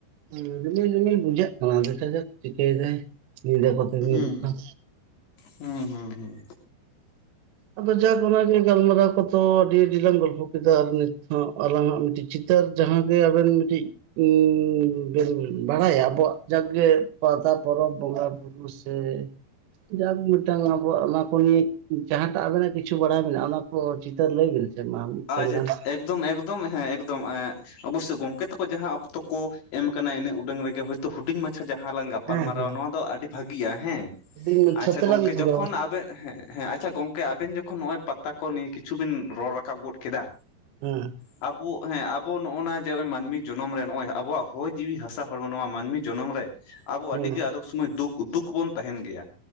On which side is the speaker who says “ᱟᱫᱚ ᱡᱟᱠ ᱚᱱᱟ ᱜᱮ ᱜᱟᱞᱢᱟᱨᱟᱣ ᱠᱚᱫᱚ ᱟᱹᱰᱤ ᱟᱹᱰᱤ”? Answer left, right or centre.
Right